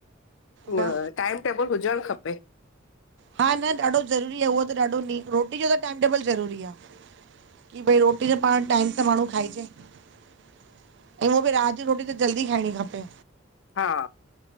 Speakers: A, on the right (about 60°); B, on the left (about 65°).
A: वा
B: न टाइम टेबल हुजण खपे।
A: हा न ॾाढो ज़रूरी आ उहो त ॾाढो न रोटी जो त टाइम टेबल ज़रूरी आ। की भई रोटी त पाण टाइम सां त माण्हू खाइजे अई हूअ भी रात जी रोटी त जल्दी खाइणी खपे।
B: हा